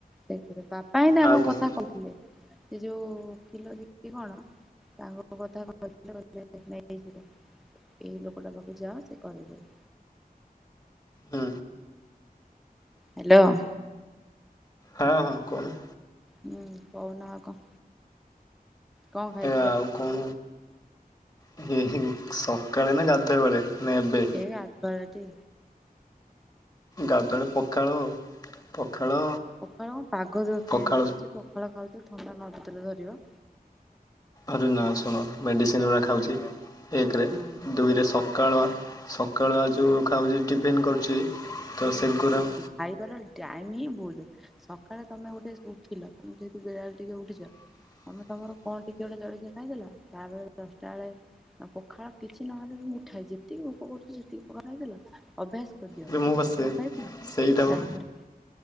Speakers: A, in the centre; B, on the left.
A: ସେ, ବାପା ହିଁ ତାଙ୍କ
B: ଆଉ କଣ
A: କଥା
B: କହୁଛ?
A: କହିଥିଲେ। ସେ ଯୋଉ ଓକିଲ ଦେଖିକି କଣ, ତାଙ୍କ କଥା କହିଥିଲେ, କଇଥିଲେ ନେଇଯିବ। ଏଇ ଲୋକଟା ପାଖକୁ ଯାଅ, ସେ କରେଇଦେବେ।
B: ହୁଁ।
A: ହାଲୋ।
B: ହଁ ହଁ, କହୁନୁ?
A: ହୁଁ, କହୁନୁ ଆଉ କଣ? କଣ ଖାଇ
B: ଏ ଆଉ କଣ? <unintelligible> ସକାଳେ ନା ଗାଧୁଆ ବେଳେ, ନା ଏବେ?
A: ଏ ଗାଧୁଆ ଏଳେ ତି
B: ଗାଧୁଆ ଏଳେ ପଖାଳ, ପଖାଳ
A: ପଖାଳ କଣ ପାଗ ଯୋଉ
B: ପଖାଳ
A: ଚେଞ୍ଜ କରୁଚି, ପଖାଳ ଖାଉଚ, ଥଣ୍ଡା ନ ଧରୁଥିଲେ ଧରିବ।
B: ଆରେ ନା ଶୁଣ, ମେଡ଼ିସିନ ଗୁରା ଖାଉଚି ଏକରେ,
A: ହଁ
B: ଦୁଇରେ ସ ସକାଳ, ସକାଳୁଆ ଯୋଉ ଖାଉଚି, ଟିଫିନ୍ କରୁଚି, ତ ସେଗୁରା
A: ଖାଇବା ର ଟାଇମି ହିଁ ଭୁଲୁ। ସକାଳେ ତମେ ଗୋଟେ ଉଠିଲ, ଯେହେତୁ ବେଳା ବେଳି ଟିକେ ଉଠିଚ ତମେ ତମର କଣ ଟିକେ ଗୋଟେ ଜଳଖିଆ ଖାଇଦେଲ, ତା ପରେ ଦଶ ଟା ବେଳେ ଆଉ ପଖାଳ କିଛି ନ ହେଲେ ବି ମୁଠାଏ, ଯେତିକି ଭୋକ କରୁଚି, ସେତିକି ପଖାଳ ଖାଇଦେଲ ଅଭ୍ୟାସ କରିଦିଅ,
B: ରେ ମୁଁ ବସେ
A: ପଖାଳ ଖାଇଦେଲ,
B: ସେଇଟା ବା
A: ତାପରେ,